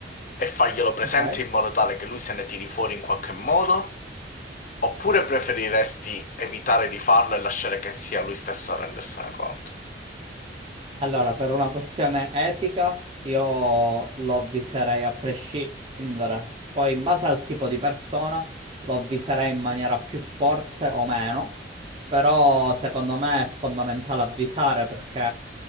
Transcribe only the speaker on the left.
e farglielo presente
in modo tale che lui se ne tiri fuori in qualche modo? Oppure preferiresti evitare di farlo e lasciare che sia lui stesso a rendersene conto?